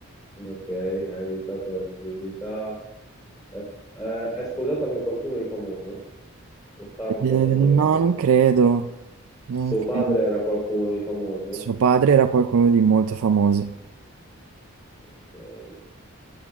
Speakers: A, on the left; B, on the right.
A: Ok, hai ereditato la celebrità. Eh, eh, è sposata con qualcuno di famoso? O sta
B: Eh,
A: con qualcuno
B: no,
A: di famoso?
B: non credo. Non
A: Suo
B: credo.
A: padre era qualcuno di famoso?
B: Suo padre era qualcuno di molto famoso.
A: Ok.